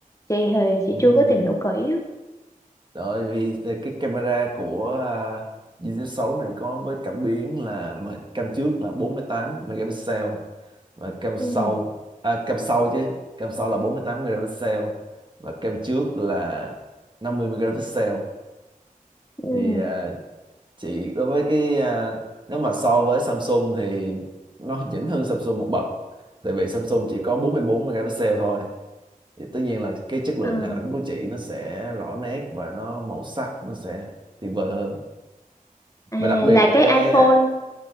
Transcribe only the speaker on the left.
chị thì chị
chưa có tìm hiểu kỹ á
ừ
ừ
à,
à
là cái
iPhone